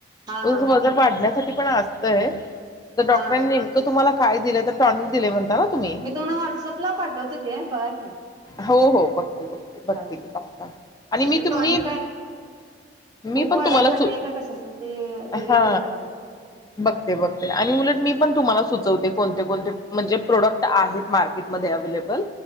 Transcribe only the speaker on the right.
हा
हा
हा
मी तुम्हाला व्हाट्सअपला पाठवते ते बघा की?
चालते
म्हणजे
टॉनिक आहे
भूक
वाढायसाठी
आहे का कशासाठी दिलंय
ते जरा बघा